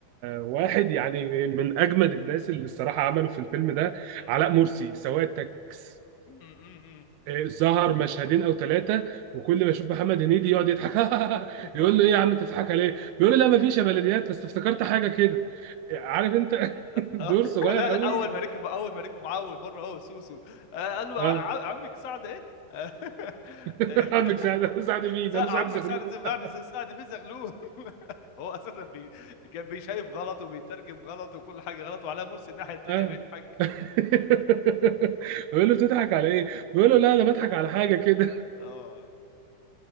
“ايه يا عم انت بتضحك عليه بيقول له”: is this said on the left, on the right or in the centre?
Right